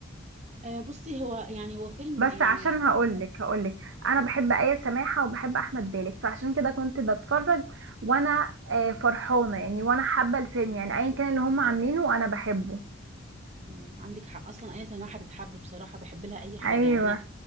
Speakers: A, on the right (about 35°); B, on the right (about 75°).
A: آه بصي هو يعني هو فيلم
B: بس
A: يعني
B: عشان هقولك
A: قدامه
B: هقولك انا
A: آه،
B: بحب آية سماحة وبحب احمد بالك فعشان كده كنت بتفرج وانا آه، فرحانة يعني وانا حابة الفيلم
A: مم.
B: يعني ايا كان اللي هم عاملينه
A: ايوه
B: انا بحبه
A: مم، عندك حق اصلا اي سماحه تتحب بصراحه بحب لها اي حاجه
B: ايوه
A: يعني انا